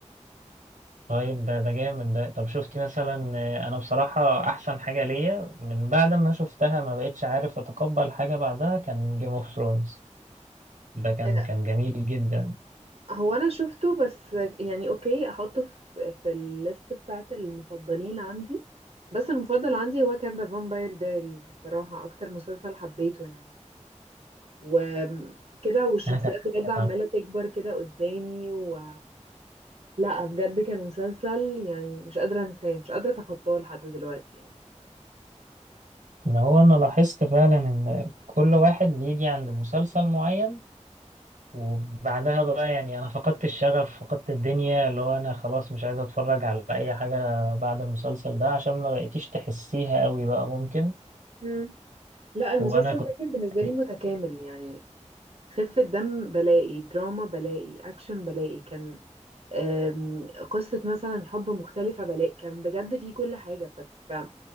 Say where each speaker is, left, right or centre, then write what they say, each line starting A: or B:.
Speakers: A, on the right; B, on the right.
A: طيب ده ده جامد ده طب شفتي مثلا آه، انا بصراحة احسن حاجة ليا من بعد ما شفتها ما بقتش عارف اتقبل حاجة بعدها كان جيم اوف ثرونز ده كان
B: آه،
A: كان جميل جدا
B: هو أنا شفته بس يعني أوكي أحطه في في الليست بتاعة المفضلين عندي بس المفضل عندي هو كان ذا فامباير دايريز الصراحة أكتر مسلسل حبيته يعني وكده والشخصيات
A: انا تابعت
B: بجد عمالة
A: عنه
B: تكبر كده قدامي و لا بجد كان مسلسل يعني مش قادرة انساه مش قادرة اتخطاه لحد دلوقتي يعني
A: ان هو انا لاحظت فعلا ان كل واحد بيجي عند مسلسل معين وبعدها بقى يعني انا فقدت الشغف فقدت الدنيا اللي هو انا خلاص مش عايز اتفرج على اي حاجة بعد المسلسل ده عشان ما بقيتيش تحسيها قوي بقى ممكن
B: مم. لا المسلسل
A: وانا كنت
B: ده كان بالنسبة لي
A: <laughs>
B: متكامل يعني خفة دم بلاقي دراما بلاقي أكشن بلاقي كان آم، قصة مثلا حب مختلفة بلاقي كان بجد فيه كل حاجة ف-